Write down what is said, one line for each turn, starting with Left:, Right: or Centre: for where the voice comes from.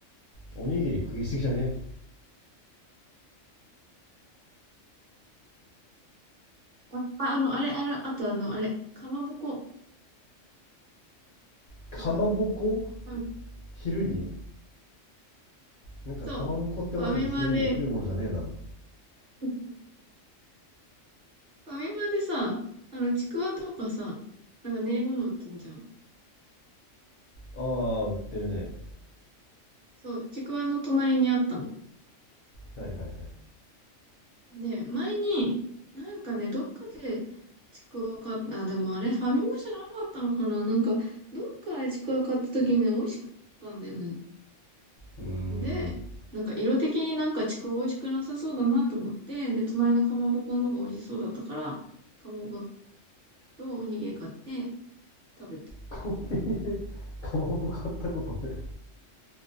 Left: おにぎり食いすぎじゃね
Right: <laughs> あ、ああの、あれ、あれ、あとあの、あれ、かまぼこ。
Left: かまぼこ
Right: なんか、ファ
Left: 昼になんかかまぼこってわざわざ昼に食うものじゃねえだろ。
Right: そう、ファミマで、<laughs> ファミマでさ、あの、ちくわとかさ、なんか練り物売ってんじゃん。
Left: ああ、売ってるね。
Right: そう、ちくわの隣にあったの。
Left: はいはいはい。
Right: ね、前に、なんかね、どっかで、ちくわ買った、あ、でもあれ、ファミマじゃなかったのかななんか、どっかでちくわ買った時にね、美味しかったんだよね。
Left: うーん。
Right: で、なんか色的になんかちくわ美味しくなさそうだなと思って、で、隣のかまぼこの方が美味しそうだったから、かまぼことおにぎり買って食べた。
Left: コンビニで <laughs> かまぼこ買ったことね